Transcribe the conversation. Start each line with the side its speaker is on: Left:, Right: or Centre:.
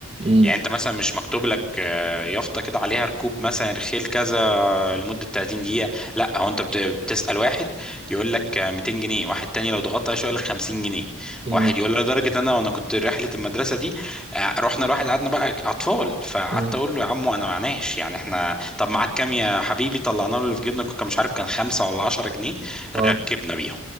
Right: امم
Centre: يعني انت مثلا مش مكتوب لك آه، يافطه كده عليها ركوب مثلا رخيل كذا لمده 30 دقيقه لا هو انت بت- بتسال واحد يقول لك آه، 200 جنيه واحد تاني لو ضغطت عليه شويه يقول لك 50 جنيه
Right: امم
Centre: واحد يقول لك لدرجه انا وانا كنت رحله المدرسه دي آه، رحنا لواحد قعدنا بقى اطفال فقعدت
Right: امم
Centre: اقول له يا عمو انا معناش يعني احنا طب معاك كام يا حبيبي طلعنا له اللي في جيبنا كان مش عارف كان خمسة ولا 10 جنيه
Right: اه
Centre: ركبنا بيهم